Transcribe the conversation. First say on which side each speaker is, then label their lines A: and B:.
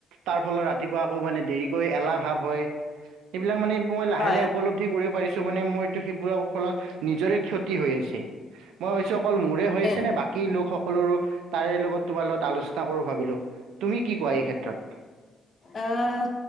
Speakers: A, on the right; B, on the left.
A: তাৰ ফলত ৰাতিপুৱা আকৌ মানে দেৰিকৈ এলাহ ভাৱ হয়। এইবিলাক মানে মই লাহে-লাহে
B: হয়
A: উপলব্ধি কৰিব পাৰিছো, মানে মই। ত' সেইবোৰৰ ফলত নিজৰে ক্ষতি হৈ আছে, মই ভাবিছো অকল মোৰে হৈ আছে
B: এ
A: নে বাক কি লোকসকলৰো তাৰে লগত তোমাৰ লগত আলোচনা কৰো ভাবিলো। তুমি কি কোৱা এই ক্ষেত্ৰত?
B: অ'